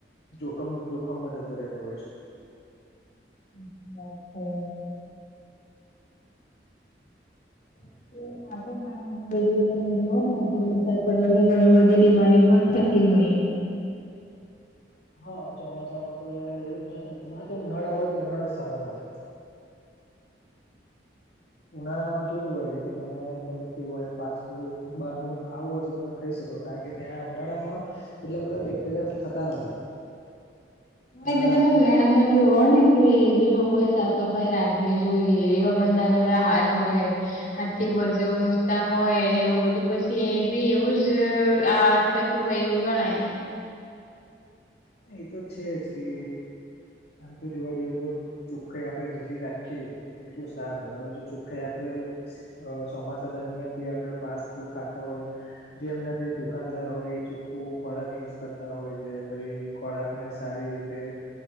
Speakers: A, on the left; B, on the left.
A: જોખમ જોખમમાં જતો રહેતો હોય છે.
B: <inaudible>
A: <inaudible>
B: <unintelligible> ઘર જોડે તમે જુઓ ને તો વરસાદ પડવાથી ઘણી બધી બીમારીઓ પણ થતી હોય.
A: હા ચોમાસામાં તો યાર એવું એમાં તો ઉનાળો હોય તો ઉનાળો જ સારો લાગે. ઉનાળામાં કેવું હોય છે કે તમે ગમે તેવુંય ફાસ્ટ ફૂડ બહાર નુ ખાવું હોય તો તમે ખહી શકો કારણ કે ત્યાં ઉનાળામાં એટલા બધા બેક્ટેરિયા થતા નથી.
B: હોય
A: ઉનાળા
B: બધામા ઉનાડામાં જોઓ ને કે એ બી લોકો એ સાફ સફાઈ રાખવી જોઈએ એવા ગંદા ગંદા હાથ હોય હાથ થી પરસેવો લુસ્તા હોય ને એવું બધું પછી એ બી એવું જ આ થતું હોય એવું ગણાય.
A: એતો છે જ કે આમ તો જોવા જઈએ તો ચોખ્ખાઈ આપડે જેટલી રાખીએ એટલું સારું હવે જો ચોખ્ખાઈ આપડે અ ચોમાસા દરમિયાન બી આપડે ફાસ્ટ ફૂડ ખાતા હોય જે એમના જે દુકાનદાર હોય એ ચોખ્ખું ખોરાક યુઝ કરતા હોય જે પહી ખોરાક ને સારી રીતે